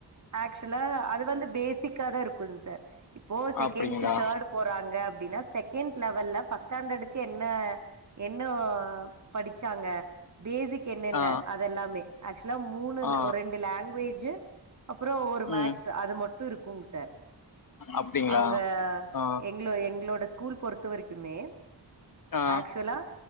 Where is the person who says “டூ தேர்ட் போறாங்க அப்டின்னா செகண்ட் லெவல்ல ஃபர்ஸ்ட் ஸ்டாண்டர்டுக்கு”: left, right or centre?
Right